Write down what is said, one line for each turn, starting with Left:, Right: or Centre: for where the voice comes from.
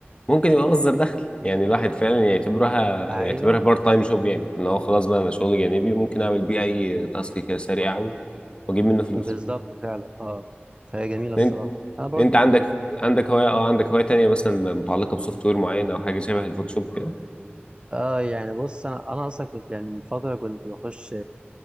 Left: يبقى مصدر دخل يعني الواحد فعلا يعتبرها
Right: ايوه
Left: يعتبرها بارت تايم جوب يعني ان هو خلاص بقى انا شغلي جانبي وممكن اعمل بيه اي تاسك كده سريع و- واجيب منه فلوس
Right: بالظبط فعلا اه فهي جميلة الصراحة
Left: انت
Right: انا برضو
Left: انت عندك عندك هواية اه عندك هواية تانية مثلا متعلقة بسوفت وير معين او حاجة شبه الفوتوشوب كده
Right: اه يعني بص انا انا اصلا كنت يعني من فتره كنت بخش